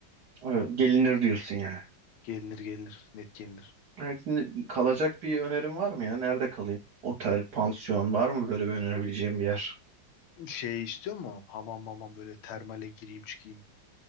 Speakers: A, on the right (about 55°); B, on the left (about 90°).
A: Evet, gelinir diyorsun yani.
B: Gelinir gelinir. Net gelinir.
A: Yani Şimdi kalacak bir önerin var mı ya? Nerede kalayım? Otel, pansiyon var mı böyle bir önerebileceğim bir yer?
B: Şey istiyor mu? Hamam mamam böyle termale gireyim çıkayım.